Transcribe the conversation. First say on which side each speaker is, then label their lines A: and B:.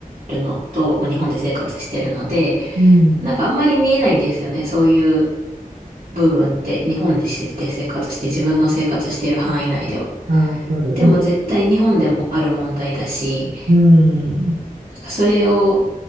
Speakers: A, on the right (about 55°); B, on the right (about 80°).
A: るのと、まあ、日本で生活してるので、
B: うん。
A: なんかあんまり見えないんですよね。そういう部分って、日本でしで生活して、自分の生活している範囲内では。
B: ああ、わかる。
A: でも絶対日本でもある問題だし、
B: うん。
A: なんかそれを、